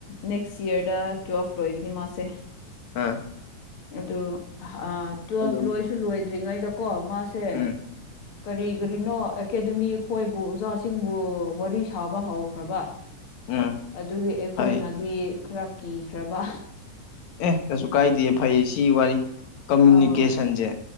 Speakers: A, on the left (about 50°); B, on the left (about 65°).
A: ꯅꯦꯛꯁ ꯌꯔꯗ ꯇꯨꯋꯦꯜꯐ ꯂꯣꯏꯒꯅꯤ ꯃꯥꯁꯦ
B: ꯎꯝ
A: ꯑꯗꯨ ꯇꯨꯋꯦꯜꯐ
B: ꯑꯗꯨꯝ
A: ꯂꯣꯏꯁꯨ ꯂꯣꯏꯗ꯭ꯔꯤꯉꯩꯗꯀꯣ ꯃꯥꯁꯦ
B: ꯎꯝ
A: ꯀꯔꯤ ꯀꯔꯤꯅꯣ ꯑꯦꯀꯥꯗꯃꯤ ꯈꯣꯏꯕꯨ ꯑꯣꯖꯥꯁꯤꯡꯕꯨ ꯋꯥꯔꯤ ꯁꯥꯕ ꯍꯧꯈ꯭ꯔꯕ
B: ꯎꯝ
A: ꯑꯗꯨꯒꯤ ꯑꯩꯈꯣꯏꯅꯗꯤ
B: ꯐꯩ
A: ꯈꯔ ꯀꯤꯈ꯭ꯔꯕ
B: ꯑꯦ ꯆꯠꯁꯨ ꯀꯥꯏꯗꯦ ꯐꯩꯌꯦ ꯁꯤ ꯋꯥꯔꯤ ꯀꯃꯨꯅꯤꯀꯦꯁꯟꯁꯦ
A: ꯑꯣ